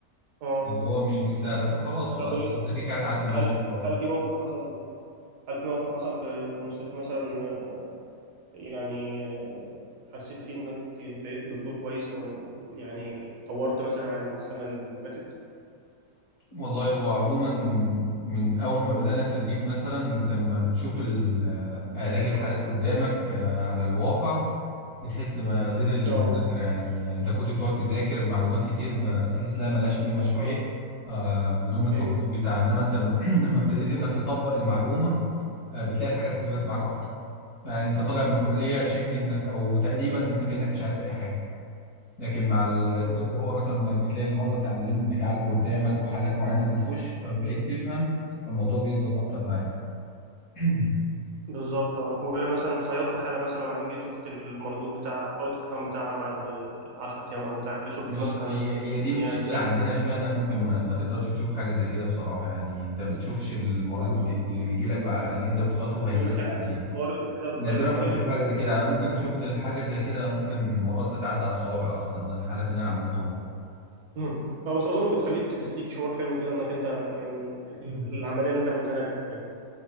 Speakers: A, on the right; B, on the left.
A: أه
B: اللي هو مش مستاهله فخلاص فانت
A: طب إيه-
B: كده كده هتعدي الموقف
A: هل
B: خلاص
A: هل في موقف حصل هل في موقف حصل في المستشفى مثلا آه، يعني آه، حسيت فيه انك بقيت دكتور كويس او يعني طورت مثلا عن السنة اللي فاتت
B: والله وعموما من اول ما بدانا التدريب مثلا انت لما بتشوف ال- آه، علاج الحالات قدامك آه، على الواقع بتحس ما غير المذاكره
A: اه
B: يعني انت كنت بتقعد تذاكر معلومات كتير بتحس لها ملهاش قيمه شويه
A: اه
B: آه، بدون التطبيق
A: ايوه
B: بتاعها انما انت <clears throat> لما ابتديت انك تطبق المعلومه آه، بتلاقي الحاجه بتثبت معاك اكتر يعني انت طالع من الكلية شبه انك او تقريبا انت كأنك مش عارف اي حاجة لكن مع التجربة
A: مم.
B: مثلا انك بتلاقي المرضى بتاع الليمب بتعالجه قدامك وحالات معينة بتخش فبقيت تفهم فالموضوع بيثبت اكتر معاك <clears throat>
A: بالظبط اه ومثلا خيطت حالة مثلا وبعدين جيت شفت المردود بتاعها او الاوت كام بتاعها بعد 10 ايام او بتاع كده شفت
B: مش
A: مثلا
B: هي
A: ال-
B: هي
A: ان
B: دي المشكلة
A: هي اتخيطت
B: عندنا شوية انك ممكن ما, ما تقدرش تشوف حاجة زي كده بصراحة يعني انت بتشوفش المريض
A: اه
B: الج-
A: يعني
B: اللي بيجي لك بع... اللي انت بتخاطبه هيجي
A: بما انك
B: لك
A: يعني
B: بعدين
A: في طوارئ وكده بتخيط
B: نادرا
A: كتير
B: ما بتشوف
A: و...
B: حاجة زي كده انا ممكن شفت الحاجة زي كده ممكن مرات تتعدى على الصوابع اصلا الحالات اللي انا عملتوها
A: مم. اه بس اظن بتخليك بتديك شعور حلو كده انك انت يعني
B: <clears throat>
A: ال- العمليه اللي انت عملتها نجحت يعني